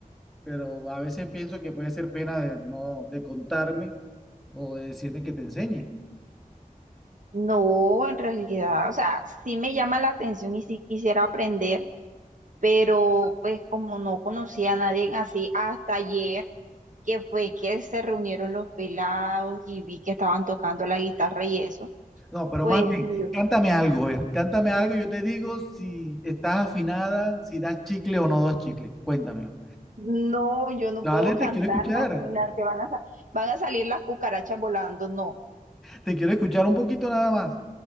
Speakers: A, in the centre; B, on the right (about 60°).
A: pero a veces pienso que puede ser pena de no de contarme o de decirme que te enseñe.
B: No, en realidad, o sea, sí me llama la atención y sí quisiera aprender pero pues como no conocía a nadie así hasta ayer, que fue que se reunieron los pelados y vi que estaban tocando la guitarra y eso,
A: No, pero
B: pues
A: más bien,
B: yo,
A: cántame algo, a ver, cántame algo, yo te digo si estás afinada, si das chicle o no das chicle. Cuéntamelo.
B: no, yo no
A: Dale,
B: puedo cantar,
A: te quiero escuchar,
B: imagínate, van a, sa- van a salir las cucarachas volando, no,
A: te quiero escuchar un poquito nada más.